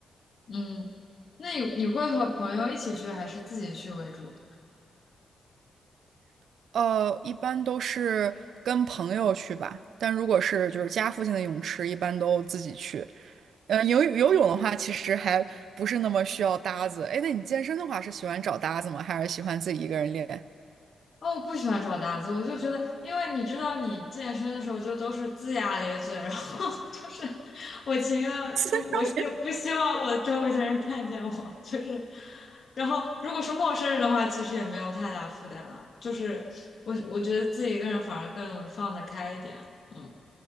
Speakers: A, on the left; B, on the right.
A: 嗯，那你你会和朋友一起去还是自己去为主？
B: <laughs> 呃，一般都是跟朋友去吧，但如果是就是家附近的泳池，一般都自己去。呃，游游泳的话，其实还不是那么需要搭子。哎，那你健身的话，是喜欢找搭子吗？还是喜欢自己一个人练？
A: 哦，我不喜欢这种搭子，我就觉得，因为你知道，你健身的时候就都是龇牙咧嘴，然后 <laughs> 就是我情愿不，
B: <laughs>
A: 我希不希望我周围的人看见我，就是，然后如果是陌生人的话，其实也没有太大负担了，就是我我觉得自己一个人反而更放得开一点，嗯。